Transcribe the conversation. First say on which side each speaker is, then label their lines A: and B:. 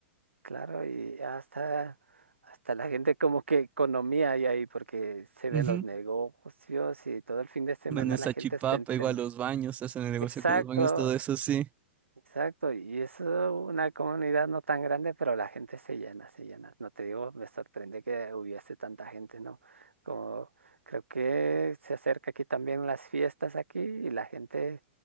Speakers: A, on the right; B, on the right.
A: claro, y hasta, hasta la gente como que economía hay ahí, porque se
B: Ujú.
A: ven los negocios y todo el fin de semana
B: En esa
A: la gente
B: chipapa,
A: está entrenando.
B: igual los baños, hacen el negocio
A: Exacto,
B: con los baños, todo eso, sí.
A: Exacto, y es uh, una comunidad no tan grande, pero la gente se llena, se llena. No te digo, me sorprende que hubiese tanta gente, ¿no? Como creo que se acerca aquí también las fiestas aquí y la gente